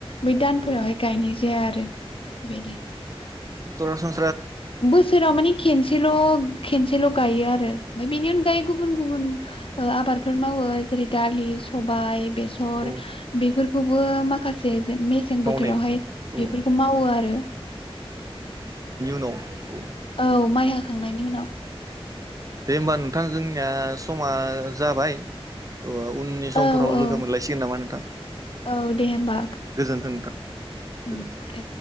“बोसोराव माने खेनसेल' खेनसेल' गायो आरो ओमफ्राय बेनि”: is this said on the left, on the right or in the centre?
Left